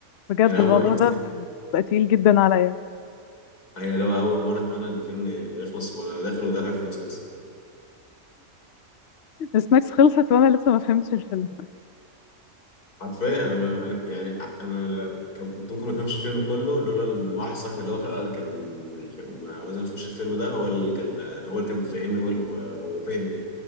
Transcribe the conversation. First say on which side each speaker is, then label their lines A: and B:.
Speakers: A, on the left; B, on the left.
A: بجد
B: يعني اول
A: الموضوع
B: ما
A: ده بقى تقيل جدا عليا
B: يعني لو اول مرة اتمنى ان الفيلم يبقى يخلص وانا داخل ودافع فلوس مثلا
A: السناكس خلصت وانا لسه ما فهمتش الفيلم
B: حرفيا انا ما أنا- يعني انا لا- كان- كنت ممكن ما افهمش الفيلم كله لولا ان واحد صاحبي اللي هو كان كان كان عاوز نخش الفيلم ده هو اللي كان هو اللي كان بيفهمني هو اللي- هو هو فاهم ايه